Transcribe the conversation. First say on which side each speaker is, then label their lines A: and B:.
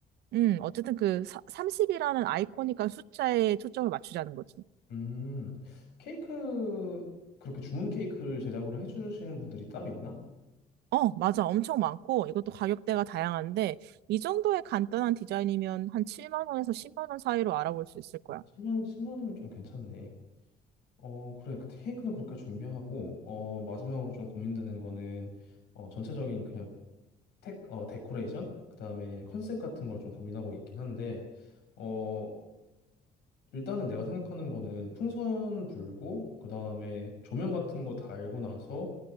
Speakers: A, on the right; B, on the left.
A: 음, 어쨌든 그 30이라는 아이코닉한 숫자에 초점을 맞추자는 거지.
B: 음, 케이크, 그렇게 주문 케이크를 제작으로 해주시는 분들이 따로 있나?
A: 어, 맞아. 엄청 많고 이것도 가격대가 다양한데 이 정도의 간단한 디자인이면 한 7만 원에서 10만 원 사이로 알아볼 수 있을 거야.
B: 10만, 10만 원이면 좀 괜찮네. 어, 그래. 그 케이크는 그렇게 준비하고, 어, 마지막으로 좀 고민되는 거는, 어, 전체적인 그냥 택, 어, 데코레이션? 그 다음에 컨셉 같은 걸 좀 고민하고 있긴 한데, 어, 일단은 내가 생각하는 거는 풍선 불고, 그 다음에 조명 같은 거 달고 나서,